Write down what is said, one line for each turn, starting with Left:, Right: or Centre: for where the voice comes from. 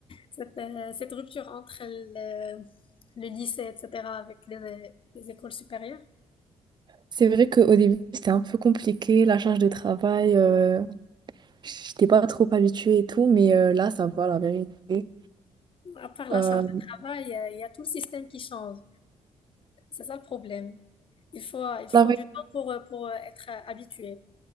Left: cette, euh, cette rupture entre le, le lycée, etc., avec les, les écoles supérieures?
Right: C'est vrai qu'au début, c'était un peu compliqué, la charge de travail, euh, j'étais pas trop habituée et tout, mais euh, là, ça va, la vérité.
Left: À part la
Right: Euh,
Left: charge de travail, il y a, il y a tout le système qui change. C'est ça le problème. Il faut, il faut
Right: la, vé-
Left: du temps pour, euh, pour euh, être euh, habitué.